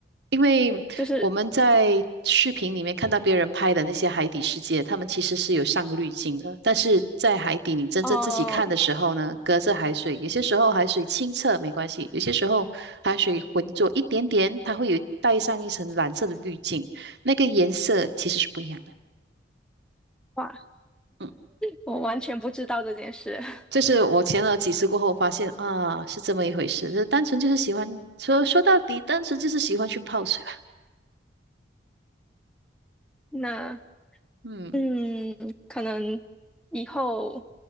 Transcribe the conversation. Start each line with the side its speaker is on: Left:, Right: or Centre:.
Right: 因为我们在视频里面看到别人拍的那些海底世界，
Centre: 就是
Right: 他们其实是有上个滤镜的。但是在海底，你真正自己看的时候呢，
Centre: 哦，
Right: 隔着海水，有些时候海水清澈没关系，有些时候海水浑浊一点点，它会有带上一层蓝色的滤镜，那个颜色其实是不一样的。
Centre: 哇，
Right: 嗯，
Centre: 我完全不知道这件事。<laughs>
Right: 这是我前了几次过后发现啊，是这么一回事。就单纯就是喜欢，说说到底，单纯就是喜欢去泡水吧。
Centre: 那
Right: 嗯
Centre: 嗯，可能以后